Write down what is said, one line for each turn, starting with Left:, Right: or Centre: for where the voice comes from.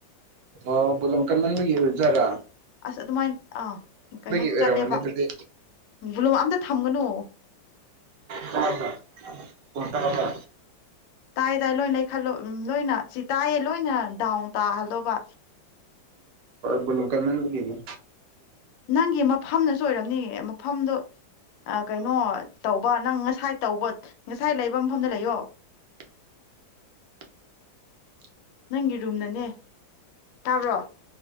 Right: ꯑꯣ ꯣꯂꯣꯡ ꯀ ꯂ ꯃꯤꯒꯤꯖꯔꯥ
Left: ꯑꯁ ꯑꯗꯨꯃꯥꯏꯅ ꯑꯥ ꯀꯩꯅꯣ
Right: ꯑꯣꯏꯔꯝꯒꯅꯤ
Left: ꯆꯠꯂꯦꯕ
Right: ꯑꯗꯨꯗꯤ
Left: ꯕꯂꯣ ꯑꯝꯇ ꯊꯝꯒꯅꯣ
Right: ꯀ ꯇꯔꯕ
Left: ꯇꯥꯏ ꯇꯥꯏ ꯂꯣꯏ ꯂꯩꯈꯠꯂꯣ ꯂꯣꯏꯅ ꯁꯤ ꯇꯥꯏꯌꯦ ꯂꯣꯏꯅ ꯗꯥꯎꯟ ꯇꯥꯍꯜꯗꯧꯕ
Right: ꯒꯣꯂꯨ ꯀꯥꯟ ꯃꯒꯅꯤ
Left: ꯅꯪꯒꯤ ꯃꯐꯝꯅꯁꯨ ꯑꯣꯏꯔꯝꯅꯤꯉ ꯃꯐꯝꯗꯣ ꯀꯩꯅꯣ ꯇꯧꯕ ꯅꯪ ꯉꯁꯥꯏ ꯇꯧꯕ ꯉꯁꯥꯏ ꯂꯩꯕ ꯃꯐꯝꯗ ꯂꯩꯌꯣ
Right: <unintelligible>
Left: ꯅꯪꯒꯤ ꯔꯨꯝꯅꯅꯦ ꯇꯥꯕ꯭ꯔꯣ